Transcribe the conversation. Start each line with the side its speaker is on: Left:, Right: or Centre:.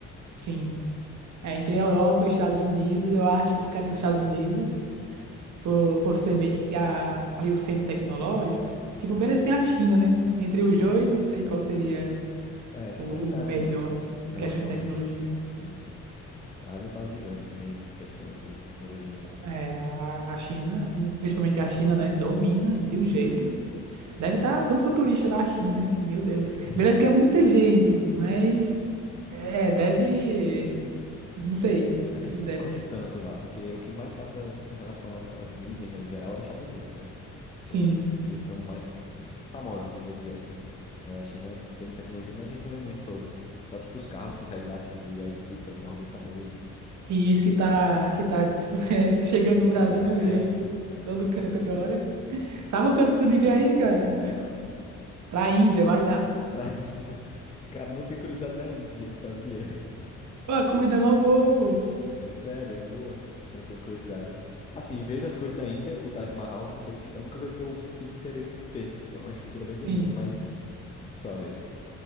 Right: sim. É, entre a Europa e Estados Unidos, eu acho que eu ficaria com os Estados Unidos, por,
Left: Sim.
Right: por ser meio que a, ali o centro tecnológico. Tipo, beleza, tem a China, né? Entre os dois, não sei qual seria
Left: É, eu tenho
Right: o
Left: curiosidade
Right: o melhor,
Left: muito
Right: assim,
Left: em relação.
Right: em questão de tecnologia.
Left: Sim, sim. A Ásia tá gigante também nessa questão de tecnologia, né?
Right: É, a a China, principalmente a China, né, domina de um jeito. Deve estar tão futurista lá a China, que, meu Deus.
Left: <laughs>
Right: Beleza que é muita gente, mas é, deve, não sei,
Left: É que
Right: deve
Left: a gente não conhece tanto lá, porque o que mais passa em relação a- às mídias, né, no geral, é os Estados Unidos, né?
Right: sim.
Left: Eles, eles são mais famosos, eu vou dizer assim. né? A China tem tecnologia, mas a gente não vê muito sobre. Só, tipo, os carros que saem de lá, tipo o BYD, que é um carro bem famoso.
Right: E isso que tá, que tá <laughs> é, chegando no Brasil
Left: É,
Right: de um jeito,
Left: né?
Right: todo canto agora. Sabe o canto que tu devia ir, cara?
Left: Ah,
Right: Pra Índia, vai lá.
Left: pra... <laughs> Cara, não tem curiosidade na Índia, sabia?
Right: Pô, a comida é mó boa, pô.
Left: É sério, é boa. Não tenho curiosidade. Assim, vejo as coisas da Índia, o Taj Mahal, a única coisa, a única coisa que eu sinto interesse em ver, que é uma estrutura bem bonita,
Right: Sim.
Left: mas só mesmo.